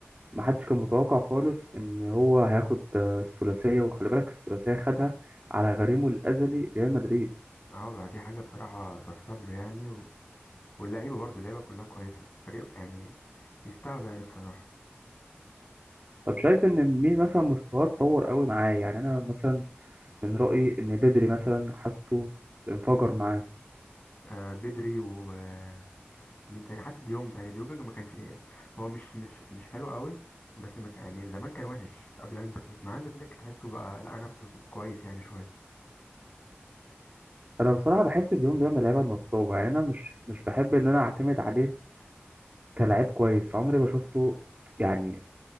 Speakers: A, on the right (about 35°); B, on the left (about 35°).
A: ما حدش كان متوقع خالص ان هو هياخد آه، الثلاثية وخلي بالك الثلاثية خدها على غريمه الازلي ريال مدريد
B: اه دي حاجة بصراحة تحسب له يعني واللعيبه برضو اللعيبه كلها كويسه فريق يعني يستاهلوا يعني بصراحه
A: طب شايف ان مين مثلا مستواه اتطور قوي معاه يعني انا مثلا من رأيي ان بدري مثلا حاسه انفجر معاه
B: آه بدري ومين تاني حاسس ديونج يعني ديونج ما كانش هو مش مش مش حلو قوي بس ما كان يعني زمان كان وحش قبل هانز فليك مع هانز فليك تحسه بقى لقى نفسه كويس يعني شويه
A: انا بصراحه بحس ديونج ده من اللعيبه النصابه يعني انا مش مش بحب ان انا اعتمد عليه كلاعب كويس عمري ما شفته يعني